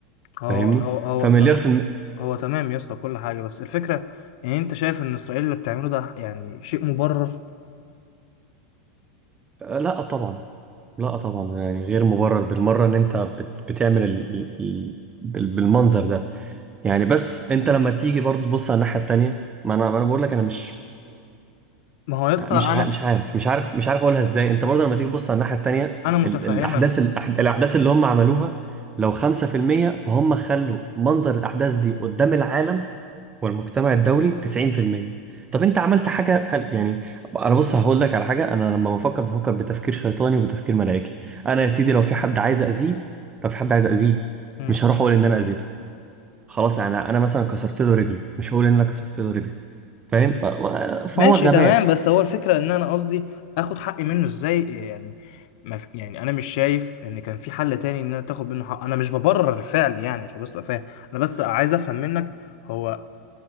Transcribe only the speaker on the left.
هو
هو هو
تمام
هو تمام يا اسطى كل حاجه بس الفكره يعني انت شايف ان اسرائيل اللي بتعمله ده يعني شيء مبرر
ما هو يا اسطى
انا
انا
متفهمك
اه
ماشي
تمام بس هو الفكرة ان انا قصدي اخد حقي منه ازاي يعني ما في يعني انا مش شايف ان كان في حل تاني ان انا تاخد منه حق انا مش ببرر الفعل يعني عشان بس تبقى فاهم انا بس عايز افهم منك هو